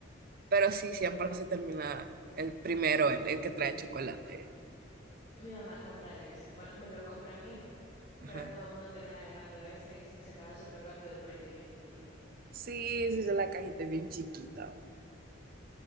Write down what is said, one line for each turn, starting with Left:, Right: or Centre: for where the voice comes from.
Right: Pero sí, siempre se termina el primero, el, el que trae chocolate.
Left: Mi mamá compra de ese. Bueno, me lo compra a mí,
Right: Ajá.
Left: pero todo el mundo termina agarrando ese y, y se acaba súper rápido porque es bien poquito.
Right: Sí, sí, la cajita es bien chiquita.